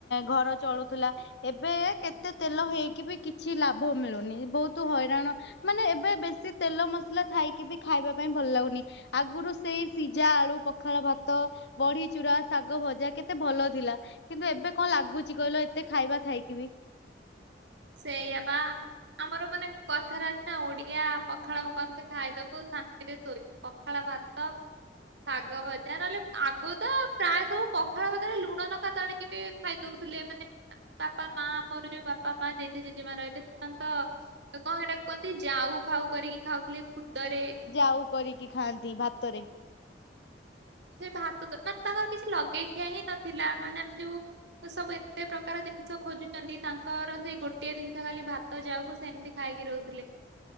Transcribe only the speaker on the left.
ଘର ଚଳୁଥିଲା, ଏବେ ଏତେ ତେଲ ହେଇକି ବି, କିଛି ଲାଭ ଲାଭ ମିଳୁନି, ବହୁତ ହଇରାଣ ମାନେ -ଏବେ ବେଶୀ ତେଲ ମସଲା ଖାଇକି ବି ଖାଇବା ପାଇଁ ଭଲ ଲାଗୁନି ଆଗରୁ ସେଇ ସିଝା ଆଳୁ, ପଖାଳ ଭାତ, ବଢି ଚୁରା, ଶାଗ ଭଜା, କେତେ ଭଲ ଥି ଥିଲା କିନ୍ତୁ ଏବେ କଣ ଲାଗୁଛି କହିଲ -ଏତେ ଖାଇବା ଥାଇକି ବି
ଆଉ କରିକି ଖାଆନ୍ତି ଭାତରେ। ହଁ <inaudible>